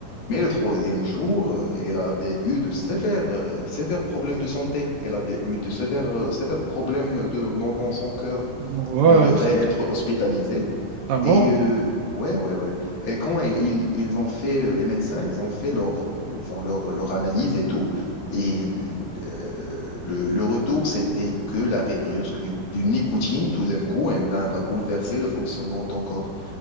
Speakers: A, on the left; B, on the right.
A: Mais le troisième jour, euh, elle avait eu de sévères, euh, sévères problèmes de santé. Elle avait eu de sévères, euh, sévères problèmes de, dans, dans son cœur.
B: Voilà,
A: Il devrait
B: exactement.
A: être hospitalisé.
B: Ah bon?
A: Et euh, ouais, ouais, ouais. Et quand ils, ils ont fait, euh, les médecins, ils ont fait leur, euh, ils font leur, leur analyse et tout. Et ils, euh, le, le retour, c'était que la brusque du, du nicotine, tout d'un coup, elle va, va bouleverser le fonctionnement de ton corps.